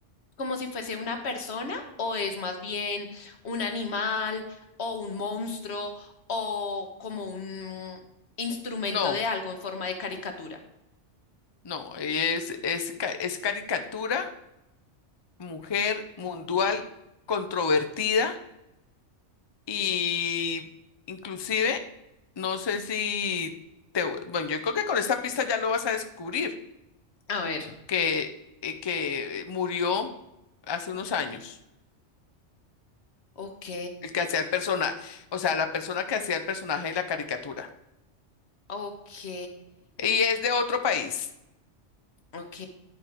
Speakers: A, on the left (about 65°); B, on the left (about 30°).
A: como si fuese una persona, o es más bien un animal, o un monstruo, o como un instrumento
B: No,
A: de algo en forma de caricatura.
B: no, es, es, ca- es caricatura, mujer mundial, controvertida y inclusive, no sé si... Te, bueno, yo creo que con esta pista ya lo vas a descubrir,
A: A ver,
B: que, eh, que murió hace unos años.
A: ok,
B: El que hacía el personaje, o sea, la persona que hacía el personaje de la caricatura.
A: ok,
B: Y es de otro país.
A: ok.